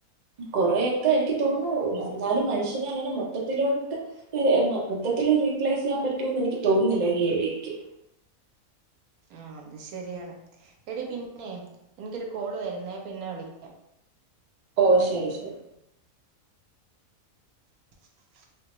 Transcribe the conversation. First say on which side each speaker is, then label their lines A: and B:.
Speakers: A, on the right; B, on the right.
A: കൊറെേയൊക്കെ എനിക്ക് തോന്നു എന്നാലും മനുഷ്യനെ അങ്ങനെ മൊത്തത്തിലോട്ട് മൊത്തത്തിത്തില് റീപ്ലേസ് ചെയ്യാൻ പറ്റുമന്ന് എനിക്ക് തോന്നുന്നില്ല ഈ എ ഐക്ക്
B: ആഹ് അത് ശരിയാണ് എടി പിന്നെ എനിക്കൊരു കോള് വരുന്നേ പിന്നെ വിളിക്-
A: ഓഹ് ശരി ശരി
B: !!!!!!